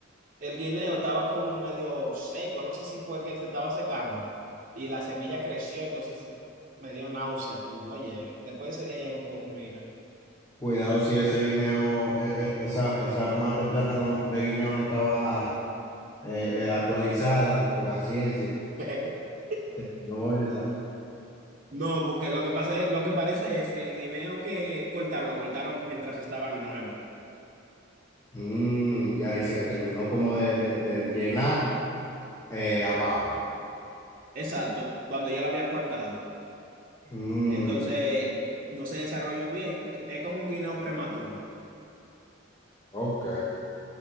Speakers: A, on the right; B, on the left.
A: el guineo estaba como medio seco, no sé si fue que se estaba secando y la semilla creció, entonces me dio náusea, tú, oye, después de ese día ya no puedo comer guineo.
B: Cuidado si ese guineo, e- e- esa, esa mate plátano de guineo no estaba eh, eh, actualizada con la ciencia.
A: <laughs>
B: <laughs> Se quedó esa.
A: No, porque lo que pasé, lo que parece es que el guineo que cortaron, lo cortaron mientras estaba nuevo.
B: Mm, ya, y se terminó como de, de- de llenar eh, abajo.
A: Exacto, cuando ya lo habían cortado.
B: Mm,
A: Entonces, no se desarrolló bien. Es es como un guineo prematuro,
B: ok.